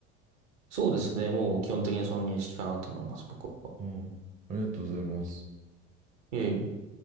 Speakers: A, on the right; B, on the right.
A: そうですね。もう基本的にその認識かなと思います、僕は。
B: うん、ああありがとうございます。
A: いえいえ。